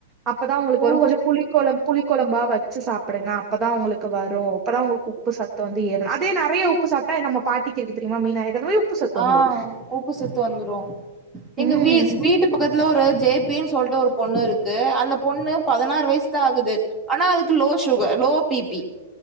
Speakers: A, on the right; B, in the centre.
A: அப்பதான் உங்களுக்கு
B: ஓ
A: வ கொஞ்சம் புளிக்கொளம் புளிகொழம்பா வச்சு சாப்பிடுங்க அப்பதான் உங்களுக்கு வரும் அப்பதான் உங்களுக்கு உப்பு சத்து வந்து ஏறும் அதே நிறைய உப்பு சாப் ட்டா நம்ம பாட்டிக்கு இருக்கு தெரியுமா மீனாயாக்கு அத மாரி உப்பு சத்து
B: ஆ
A: வந்துரு
B: உப்பு சத்து வந்துரும்
A: ம்
B: எங்க வீ வீட்டு பக்க த்துல ஒரு ஜேபேனு சொல்ட்டு ஒரு பொண்ணு இருக்கு அந்த பொண்ணு பதினாறு வயசு தான் ஆகுது ஆனா அதுக்கு லோ சுகர் லோ பிபி